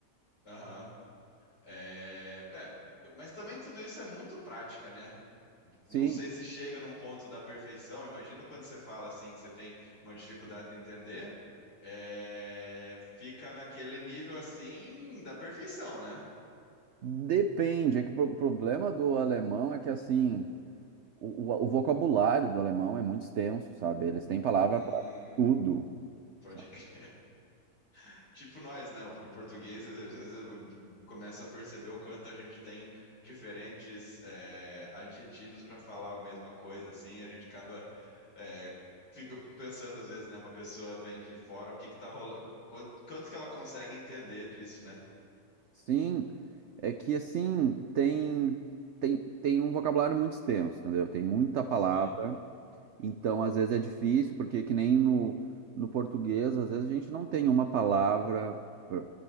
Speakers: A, on the left; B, on the right.
A: Aham. É, é, mas também tudo isso é muito prática, né?
B: Sim,
A: Não sei se chega num ponto da perfeição. Imagino quando você fala assim que você tem uma dificuldade de entender, é, fica naquele nível assim da perfeição, né?
B: depende. É que o pro- problema do alemão é que, assim, O, o, o vocabulário do alemão é muito extenso, sabe? Eles têm palavra
A: Hum,
B: para tudo.
A: pode
B: sabe?
A: crer. <laughs> Tipo nós, né? O português às vezes às vezes, começa a perceber o quanto a gente tem diferentes é, adjetivos para falar a mesma coisa, assim. A gente acaba é, fica pensando às vezes, né? Uma pessoa vem de fora, o que que tá rolando? Quanto, quanto que ela consegue entender disso, né?
B: Sim, é que assim, tem, tem, tem um vocabulário muito extenso, entendeu? Tem muita palavra,
A: Sim.
B: então às vezes é difícil, porque que nem no, no português, às vezes a gente não tem uma palavra. pra-